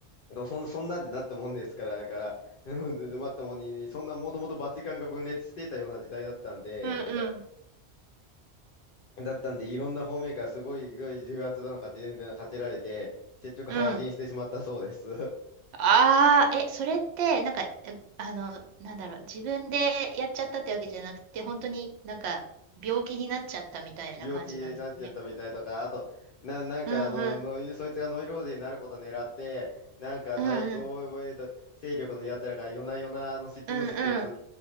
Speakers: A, on the left; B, on the right.
A: えーそん、そんなんでなったもんですから、から、うん、でまったもんに、そんなもともとバチカンが分裂していたような時代だったんで、
B: うんうん。
A: えっと、だったんで、いろんな方面からすごい、すごい重圧なのか、勝ち勝ちられて、結局、
B: うん。
A: 早死にしてしまったそうです。
B: ああ、え、それって、なんか、えあの、なんだろう、自分でやっちゃったってわけじゃなくて、本当になんか、病気になっちゃったみたいな感じなんですね。
A: 病気になっちゃったみたいとか、あと、な、なんかあの、
B: うんうん。
A: ノイ、そいつがノイローゼになることを狙って、なんか対抗、
B: うんうん。
A: えっと、勢力のやつらが夜な夜なあの執務室に、
B: うんうん。